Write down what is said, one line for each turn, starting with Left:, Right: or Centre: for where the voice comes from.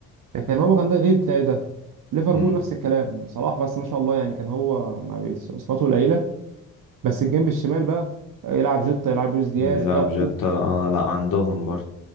Right: لكن هو كان ده غيب تلاقي ده ليفربول
Left: مم.
Right: نفس الكلام صلاح بس ما شاء الله يعني كان هو ما بيص- اصاباته قليله بس الجنب الشمال بقى يلعب جوتا يلعب لويس دياز
Left: بيلعب
Right: جابكو
Left: جتا اه لا عندهم برضه